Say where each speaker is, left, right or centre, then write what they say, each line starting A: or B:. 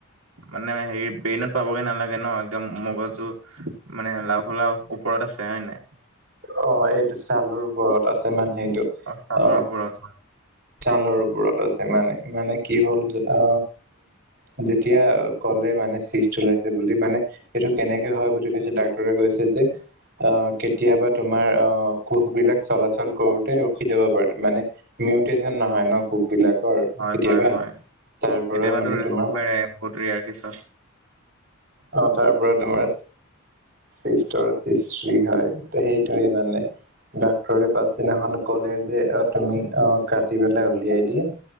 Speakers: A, on the right (about 70°); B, on the right (about 45°).
A: মানে হেৰি ব্ৰেইনত। পাবগে নালাগে ন একদম মগজু মানে লাও খোলা ওপৰত আছে হয় নাই।
B: অ এইটো ছালৰ ওপৰত আছে মানে সেইটো
A: ছালৰ
B: অ।
A: ওপৰত
B: ছালৰ ওৰত আছে মানে মানে কি হ'ল অ উ যেতিয়া ক'লে মানে চিজ ওলাইছে বুলি মানে সেইটো কেনেকে হয় বুলি কৈছে ডাক্তৰে কৈছে যে আহ কেতিয়াবা তোমাৰ আহ কোষবিলাক চলাচল কৰোতে ৰখি যাব পাৰে মানে মিউটেশচন নহয় ন কুব বিলাক।
A: হয়
B: কেতিয়াবা
A: হয় হয়
B: তাৰ
A: কেতিয়াবাতো
B: পৰা মানে তোমাৰ।
A: হ'ব পাৰে বহুত ৰেয়াৰ কেছত
B: অ তাৰ পৰা তোমাৰ চিষ্টৰ সিষ্টি হয়। এতিয়া সেইটোৱে মানে। ডাক্তৰে পাছদিনাখন ক'লে যে তুমি আহ কাটি পেলাই উলিয়াই দিয়া।